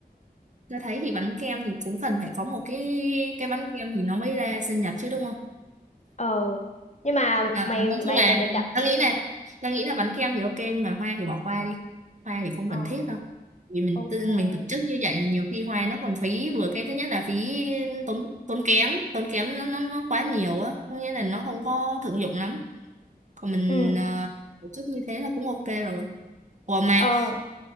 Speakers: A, on the right (about 45°); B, on the left (about 45°).
A: tao thấy thì bánh kem thì cũng cần phải có một cái cái bánh kem thì nó mới ra sinh nhật chứ đúng không
B: ờ nhưng mà
A: À,
B: mày
A: à, nói
B: mày
A: chung là
B: mày định
A: ừ,
B: đặt
A: tao nghĩ là tao nghĩ là bánh kem thì ok nhưng mà hoa thì bỏ qua đi hoa thì không
B: ờ
A: cần thiết đâu vì mình
B: ok
A: tự- mình tổ chức như vậy là nhiều khi hoa nó còn phí vừa cái thứ nhất là phí tốn tốn kém tốn kém nó nó, nó quá nhiều á có nghĩa là nó không có thực dụng lắm còn mình
B: ừ
A: à, tổ chức như thế là cũng ok rồi ủa mà
B: ờ